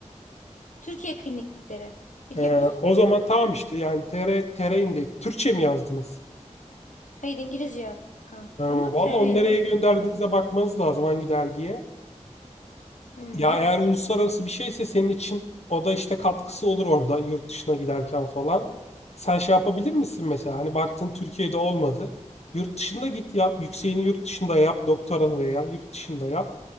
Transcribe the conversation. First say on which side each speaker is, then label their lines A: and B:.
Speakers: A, on the left (about 85°); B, on the left (about 60°).
A: Türkiye Klinikleri. Biliyor
B: e,
A: musun?
B: o zaman tamam işte yani TR TR Index. Türkçe mi yazdınız?
A: Hayır İngilizce yazdık kanka
B: E, valla
A: ama TR
B: onu
A: indekse
B: nereye gönderdiğinize
A: gönderdim.
B: bakmanız lazım hangi dergiye.
A: Hı.
B: Ya eğer uluslararası bir şeyse senin için o da işte katkısı olur orada yurt dışına giderken falan. Sen şey yapabilir misin mesela? Hani baktın Türkiye'de olmadı. Yurt dışında git yap. Yükseğini yurt dışında yap. Doktoranı veya yurt dışında yap.